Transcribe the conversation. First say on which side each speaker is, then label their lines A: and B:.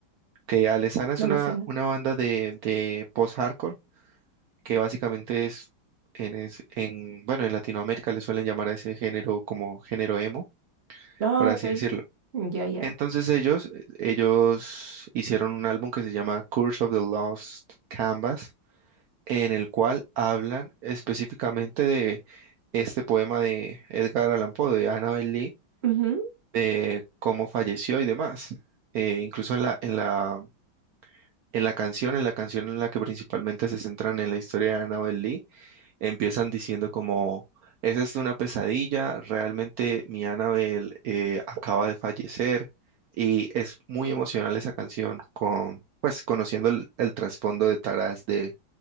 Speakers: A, on the right; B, on the right.
A: Que Alesana es
B: no
A: una,
B: me suena.
A: una banda de, de post-hardcore que básicamente es en, es en, bueno, en Latinoamérica le suelen llamar a ese género como género emo,
B: Ah,
A: por así
B: ok.
A: decirlo.
B: Ya, ya.
A: Entonces ellos, eh, ellos hicieron un álbum que se llama Curse of the Lost Canvas, en el cual hablan específicamente de este poema de Edgar Allan Poe, de Annabel Lee,
B: Ujú.
A: de cómo falleció y demás. Eh, incluso en la, en la, en la canción, en la canción en la que principalmente se centran en la historia de Annabel Lee, empiezan diciendo como, esa es una pesadilla, realmente mi Annabelle eh, acaba de fallecer y es muy emocional esa canción con, pues conociendo el, el trasfondo de Taras de,